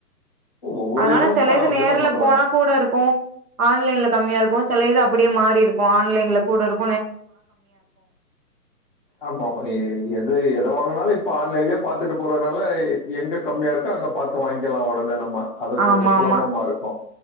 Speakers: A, on the left (about 35°); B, on the right (about 65°).
A: ஒவ்வொரு
B: அதனால
A: இதும்
B: செல
A: ப
B: இது
A: அப்படித்தான்
B: நேர்ல
A: பண்றாங்க
B: போனா கூட இருக்கும் ஆன்லைன்ல கம்மியாருக்கும் செல இது அப்படியே மாறி இருக்கும் ஆன்லைன்ல கூட இருக்கும்
A: ஆமா எது எத வாங்குனாலும் இப்ப ஆன்லைன்ல பாத்துட்டு போறதுனால எங்க கம்மியாருக்கோ அங்க பாத்து வாங்கிக்கலாம் ஒடனே அது
B: ஆமா
A: கொஞ்சம் சுலபமாருக்கும்
B: ஆமா